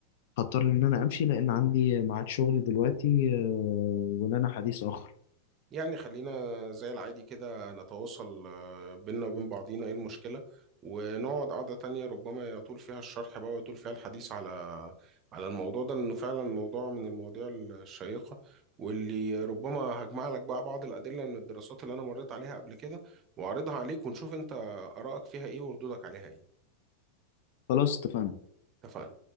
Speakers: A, on the left (about 50°); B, on the right (about 30°).
A: هضطر ان انا امشي لان عندي ميعاد شغل دلوقتي آه، ولنا حديث اخر
B: يعني خلينا زي العادي كده نتواصل آه، بينا وبين بعضينا ايه المشكلة ونقعد قعدة تانية ربما يطول فيها الشرح بقى ويطول فيها الحديث على على الموضوع ده لأنه فعلا موضوع من المواضيع الشيقة واللي ربما هجمع لك بقى بعض الأدلة من الدراسات اللي أنا مريت عليها قبل كده وأعرضها عليك ونشوف أنت آرائك فيها ايه وردودك عليها ايه
A: خلاص اتفقنا
B: اتفقنا